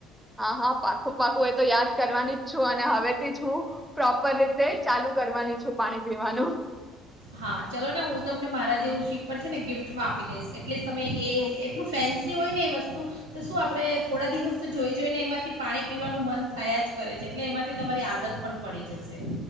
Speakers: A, in the centre; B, on the right.
A: હા હા પાકું પાકું એ તો યાદ કરવાની જ છું અને હવેથી જ હું પ્રોપર રીતે ચાલુ કરવાની છું પાણી પીવાનું.
B: હા ચાલો ને હું તમને મારા જેવું સીપ પર છે ને ગિફ્ટમાં આપી દઈશ. એટલે તમે
A: હમ
B: એટલું ફેન્સી હોય ને એ વસ્ તુ તો શું આપણે થોડા દિવસ તો જોઈ જોઈને એમાંથી પાણી પીવાનું મન થયા જ કરે છે એટલે એમાંથી તમારી આદત પણ પડી જશે.